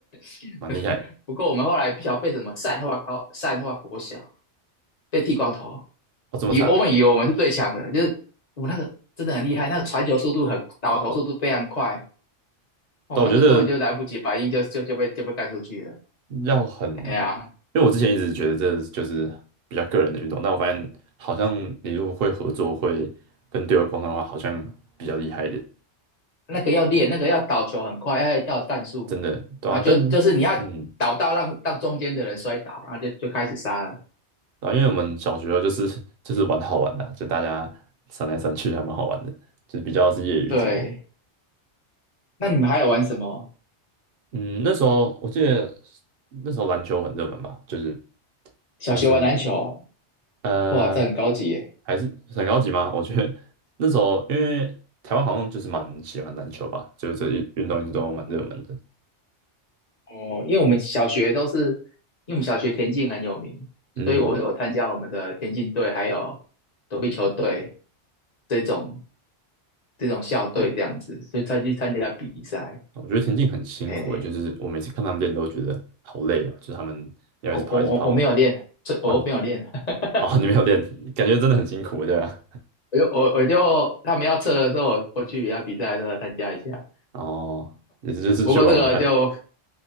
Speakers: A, on the left; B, on the right.
A: <laughs>
B: 蛮厉害的，
A: 不过我们后来不晓得被什么善化高、善化国小被剃光头，
B: 哦，这么惨啊，
A: 以我们以为我们是最强的，就是我那个真的很厉害，那个传球速度很，倒球速度非常快，哦，
B: 但我觉得。
A: 那个根本就来不及反应就就就被就被干出去了。
B: 要很，因
A: 哎呀，
B: 为我之前一直觉得这就是比较个人的运动，但我发现好像你如果会合作，会跟队友沟通的话，好像比较厉害一点，
A: 那个要练，那个要倒球很快，要要有战术，
B: 真的，对啊，
A: 然后就就是你要倒到让让中间的人摔倒，
B: 但嗯，
A: 然后就就开始杀了。
B: 对啊，因为我们小学啊就是 <laughs> 就是玩好玩的啊就大家闪来闪去，还蛮好玩的，就是比较是业余级的。
A: 对，那你们还有玩什么？
B: 嗯，那时候我记得那时候篮球很热门吧，就是
A: 小学玩篮球。
B: 算是呃，
A: 哇，这很高级耶！
B: 还是很高级吗？我觉得那时候因为台湾好像就是蛮喜欢篮球吧，就是这一运动一直都蛮热门的。
A: 哦，因为我们小学都是，因为我们小学田径很有名，
B: 嗯，
A: 所以我有参加我们的田径队，还有躲避球队这种这种校队这样子，所以才去参加比赛。
B: 我觉得田径很辛苦诶，
A: 哎，
B: 就是我每次看他们练都觉得好累哦，就是他们要一直跑一直跑。
A: 我我我我没有练，这我没有练，
B: 哦你
A: <laughs>
B: 哦，<laughs> 你没有练，感觉真的很辛苦，对啊。
A: 我就我我就他们要测的时候，我我去比他比赛的时候参加一下。
B: 哦，也是就是去玩玩看。
A: 不过这个就